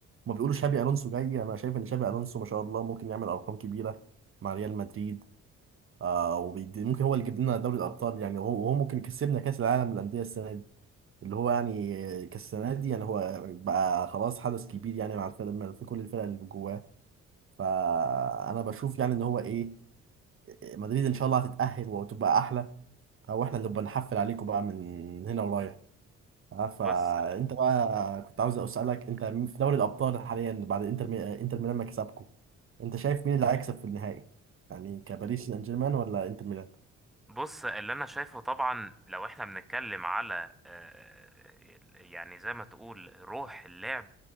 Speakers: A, on the right (about 45°); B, in the centre.
A: هما بيقولوا شابي ألونسو جاي أنا شايف إن شابي ألونسو ما شاء الله ممكن يعمل أرقام كبيرة مع ريال مدريد آه وبيدي ممكن هو اللي يجيب لنا دوري الأبطال يعني وهو وهو ممكن كسبنا كأس العالم للأندية السنة دي اللي هو يعني كالسنة دي يعني هو بقى خلاص حدث كبير يعني مع الفرق في كل الفرق اللي جواه فأنا بشوف يعني إن هو إيه مدريد إن شاء الله هتتأهل وتبقى أحلى أو إحنا اللي بنحفل عليكم بقى من هنا ورايح آه، فأنت
B: بص
A: بقى كنت عاوز أسألك أنت مين في دوري الأبطال حاليا بعد إنتر مي- إنتر ميلان ما كسبكم أنت شايف مين اللي هيكسب في النهائي؟ يعني كباريس سان جيرمان ولا إنتر ميلان؟
B: بص اللي انا شايفه طبعا لو احنا بنتكلم على آه، يعني زي ما تقول روح اللعب